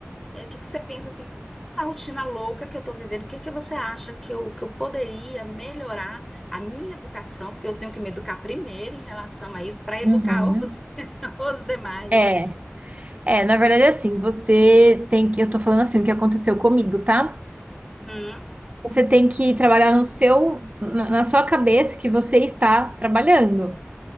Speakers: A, in the centre; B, on the right (about 30°).
A: E aí, o que que você pensa assim, essa rotina louca que eu estou vivendo, o que que você acha que eu, que eu poderia melhorar a minha educação, porque eu tenho que me educar primeiro em relação a isso, para educar
B: Uhum.
A: os, <laughs> os demais.
B: É, é, na verdade é assim, você tem que, eu tô falando assim, o que aconteceu comigo, tá?
A: Uhum,
B: Você tem que trabalhar no seu, na na sua cabeça que você está trabalhando.